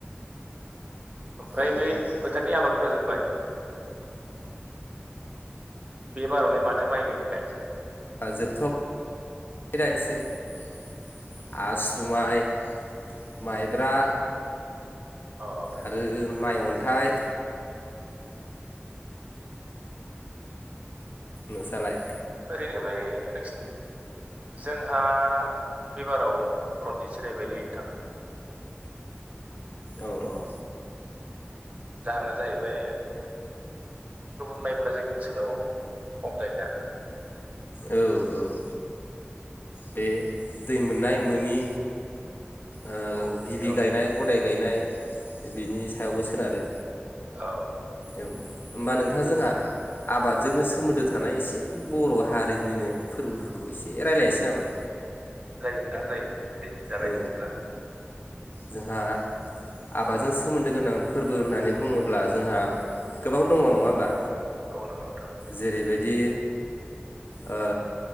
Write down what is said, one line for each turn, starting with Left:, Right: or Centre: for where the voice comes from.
Right: ओमफ्राय
Left: औ
Right: बे
Left: औ
Right: फोथारनि आबादफ्रा जोब्बाय बे बारावलाय माथो माइ गायखो?
Left: जोबथ'ब <unintelligible> आसु माइ माइब्रा
Right: अ
Left: आरो माइ अन्थाइ नोंसालाय?
Right: ओरैनो बे नोंसिनि जोंहा बेबाराव रनजितसो गायबायलै नोंथां।
Left: औ अ
Right: जाहोना जाहैबाय गुबुन माइफ्रा जोंनि ओनसोलाव खम जायोना
Left: औ औ बे दै मोननाय मोनि ओ
Right: औ औ नोंथां
Left: गिबि गायनाय गदाय गायनाय बिनि सायावबो सोनारो
Right: औ
Left: औ होमबा नोंथाङा जोंहा आबादजोंनो सोमोन्दो थानाय एसे बर' हारिनिनो फोरबोफोरखौ एसे रायलायनोसै नामा?
Right: जायो नोंथां जायो दे जागायदो
Left: औ
Right: बिदिब्ला
Left: जोंहा आबादजों सोमोन्दो गोनां फोरबो होननानै बुङोब्ला जोंहा गोबां दङ नङा होमबा
Right: औ नंगौ नोंथां
Left: जेरैबायदि ओ